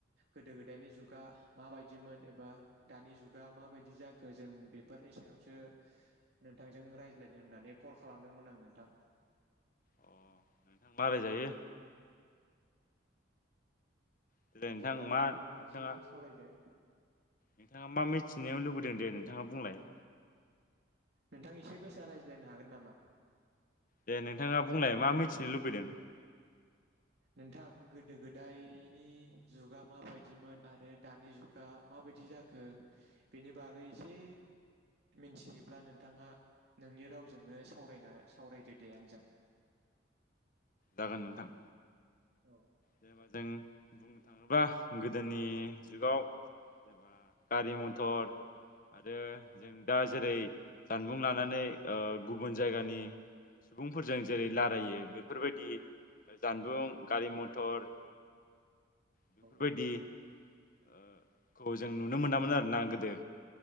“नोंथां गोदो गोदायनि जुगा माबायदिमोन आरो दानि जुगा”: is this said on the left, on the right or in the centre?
Right